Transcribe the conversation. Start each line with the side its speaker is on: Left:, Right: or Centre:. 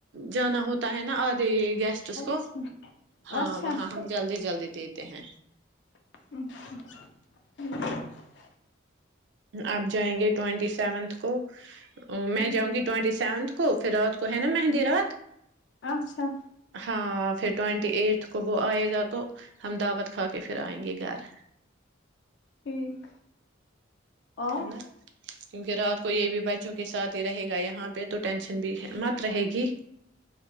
Right: جانا ہوتا ہے نا آد گیسٹ
Left: اچھا
Right: کو ہاں
Left: اچھا
Right: وہاں ہم جلدی جلدی دیتے ہیں
Left: <unintelligible>
Right: آپ جائیں گے ٹوئینٹی سیونتھ کو او میں
Left: ہوں
Right: جؤں گی ٹوئٹی سیونتھ کو فرات کو ہے نا مہندی رات
Left: اچھا
Right: ہاں پھر ٹوینٹی ایٹھ کو وہ آئے گا تو احمدباد کھا کے پھر آئیں گے گھر
Left: ٹھیک اور
Right: ہے نا کیونکہ رات کو یہ بھی بچوں کے ساتھ ہی رہے گا یہاں پہ تو ٹینشن بھی مت رہے گی